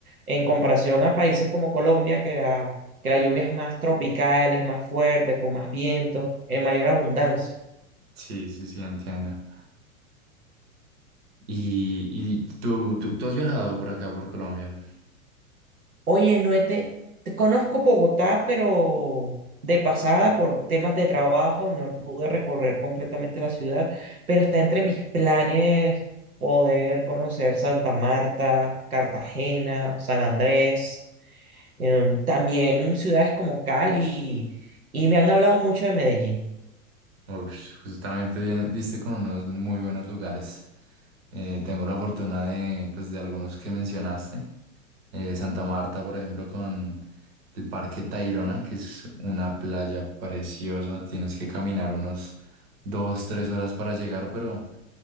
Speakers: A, on the right (about 85°); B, on the right (about 45°).
A: En comparación a países como Colombia, que la, que la lluvia es más tropical, es más fuerte, con más viento, en mayor abundancia.
B: Sí, sí, sí, entiendo. ¿Y, y tú, tú, tú has viajado por acá, por Colombia?
A: Oye, Noete, te conozco Bogotá, pero de pasada por temas de trabajo no pude recorrer completamente la ciudad, pero está entre mis planes poder conocer Santa Marta, Cartagena, San Andrés, em, también ciudades como Cali, y me han hablado mucho de Medellín.
B: Uf, justamente diste con unos muy buenos lugares. Eh, tengo la fortuna de, pues, de algunos que mencionaste. Eh, Santa Marta, por ejemplo, con el Parque Tayrona, que es una playa preciosa. Tienes que caminar unos dos, tres horas para llegar, pero